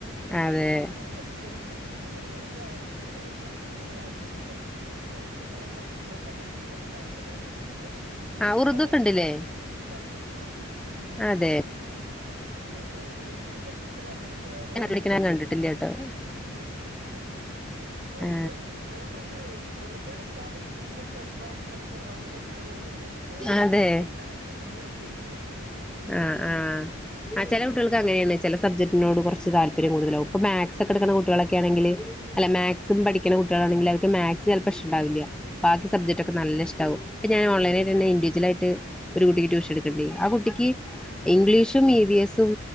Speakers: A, on the right (about 45°); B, in the centre.
A: ഇനിയിപ്പോ
B: അതെ
A: എത്ര കഷ്ടപ്പെട്ട് പഠി ഇ ഹിൻ ഇൻ പിന്നെ ഉറുദ്വായാലും ഉർദു പറിമ്പം അഞ്ചാം ക്ലാസ്ന്ന്ട്ത്തൊരു വിഷയാണ് പക്ഷേ ഉറുദൂനോടൊക്കെ വയൻ ഓക്കെന്നിഷ് ടപ്പെട്ട് താല്പര്യപ്പെട്ടെട്ത്ത്ട്ട്
B: ആ
A: യങ്കര
B: ഉറുദൊക്കെ ഇണ്ടില്ലേ
A: ഇഷ്ടാ ആഹ്
B: അതെ
A: അതെ ന്നട്ട് ഹിന്ദിക്കത്ര അണ്ട് പോരോള്.
B: ഞാൻ പഠിക്കണ കണ്ടിട്ടില്ലട്ടോ
A: ആഹ് ഉറുദു
B: ആ
A: ഹി ഞാം പർഞ്ഞേ ഉ ഉറുദു ട്ത്താല് ഹിന്ദി കൊർചെള്പ്പാവുന്ന് പർഞ്ഞ്ട്ട് ഓളങ്ങ നെട്ത്തതെന്യോള് പക്ഷെ ഹിന്ദിക്കൊര്
B: അതെ
A: താല് ത്രേ ഓക്ക്‌ല്യാ
B: ആഹ് ആഹ് ആ ചെല കുട്ടികൾക്ക് അങ്ങനെയാണ് ചെല സബ്ജക്ടിനോട് കൊറച്ച് താല്പര്യം കൂടുതലാവും ഇപ്പം മാത്സ് ക്കെടുക്കണ
A: ആഹ്
B: കുട്ടികളൊക്കാണെങ്കില് അല്ലെ മാത് സും പഠിക്കണ കുട്ടികളാണെങ്കിൽ അവർക്ക് മാത് സ് ചിലപ്പോ ഇഷ്ട്ടണ്ടാവില്ല ബാക്കി സബ്ജക്റ്റൊക്കെ
A: ആഹ്
B: നല്ലഷ്ട്ടാവും ഇപ്പോ ഞാൻ ഓൺലൈനായിട്ടന്നെ
A: ഇഷ്ടണ്ടാവാതെ
B: ഇൻഡിവിജലായിട്ട് ഒരു കുട്ടിക്ക് ട്യൂഷൻ എടുക്ക്‌ണ്ടേ ആ കുട്ടിക്ക് ഇംഗ്ലീഷും ഇ വി എസും